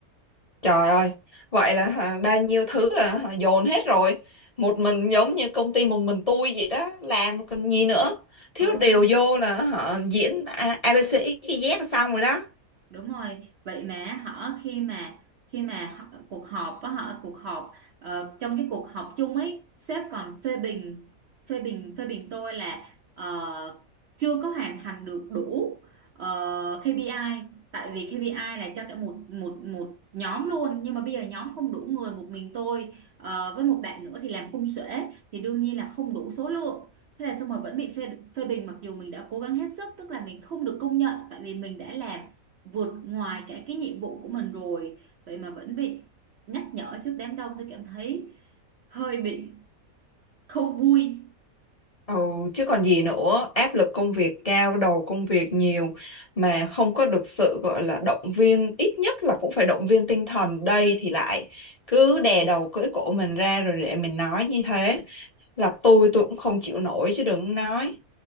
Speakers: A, on the left; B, on the right.
A: Trời ơi, vậy là hả, bao nhiêu thứ là hả, dồn hết rồi. Một mình giống như công ty một mình tôi vậy đó, làm còn gì nữa. Thiếu
B: ừ
A: điều vô là họ diễn A- ABC XYZ là xong rồi đó.
B: Đúng rồi, vậy mà họ khi mà khi mà họ, cuộc họp á họ cuộc họp ờ, trong cái cuộc họp chung ấy, sếp còn phê bình phê bình phê bình tôi là ờ, chưa có hoàn thành được đủ ờ, KPI tại vì KPI là cho cả một một một nhóm luôn nhưng mà bây giờ nhóm không đủ người một mình tôi ờ, với một bạn nữa thì làm khung xuể thì đương nhiên là không đủ số lượng thế là xong mà vẫn bị phê phê bình mặc dù mình đã cố gắng hết sức tức là mình không được công nhận tại vì mình đã làm vượt ngoài cả cái nhiệm vụ của mình rồi vậy mà vẫn bị nhắc nhở trước đám đông tôi cảm thấy hơi bị không vui
A: Ừ, chứ còn gì nữa, áp lực công việc cao, đầu công việc nhiều mà không có được sự gọi là động viên, ít nhất là cũng phải động viên tinh thần. Đây thì lại cứ đè đầu cưỡi cổ mình ra rồi để mình nói như thế. Gặp tôi tôi cũng không chịu nổi chứ đừng nói.